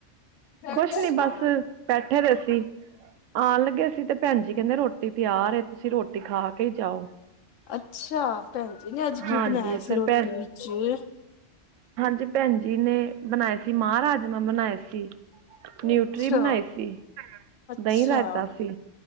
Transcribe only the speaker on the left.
ਅੱਛਾ
ਅੱਛਾ ਭੈਣ ਨੇ ਅੱਜ
ਕੀ ਬਣਾਇਆ ਸੀ
ਰੋਟੀ
ਵਿੱਚ ਜੀ।
ਅੱਛਾ
ਅੱਛਾ